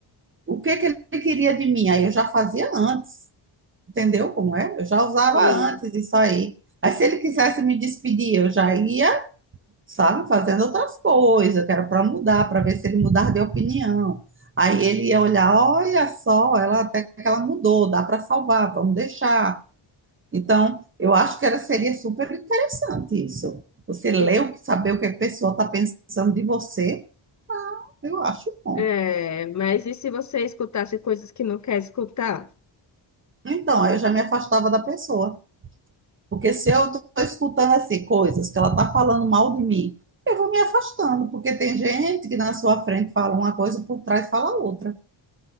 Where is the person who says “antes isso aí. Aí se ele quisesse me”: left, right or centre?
Right